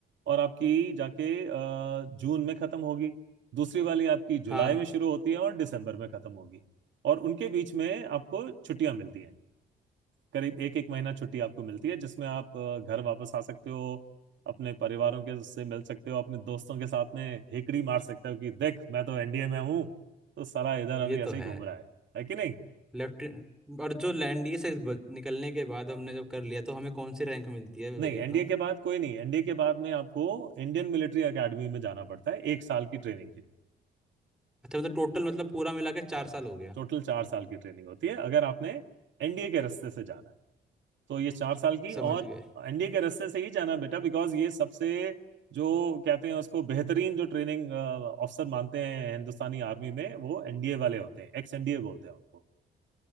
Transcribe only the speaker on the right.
और आपकी जाके अ, जून में खत्म होगी दूसरी वाली आपकी
जुलाई में शुरू होती है और दिसंबर में खत्म होगी और उनके बीच में आपको छुट्टियां मिलती हैं करीब एक एक महीना छुट्टी आपको मिलती है जिसमें आप अ, घर वापस आ सकते हो अपने परिवारों के से मिल सकते हो अपने दोस्तों के साथ में हिकड़ी मार सकते हो कि देख मैं तो एनडीए में हूँ तो साला इधर अभी
ऐसे
ही
घूम रहा है है कि नहीं
नहीं
एनडीए के बाद कोई नहीं एनडीए के बाद में आपको इंडियन मिलिट्री एकेडमी में जाना पड़ता है एक साल की ट्रेनिंग के लिए
हाँ
टोटल चार साल की ट्रेनिंग होती है अगर आपने एनडीए के रास्ते से जाना है तो ये चार साल की
और
एनडीए के रास्ते से ही जाना बेटा बिकॉज ये सबसे जो कहते हैं उसको बेहतरीन जो ट्रेनिंग ऑफिसर मानते हैं हिंदुस्तानी आर्मी में वो एनडीए वाले होते हैं एक्स एनडीए बोलते हैं उनको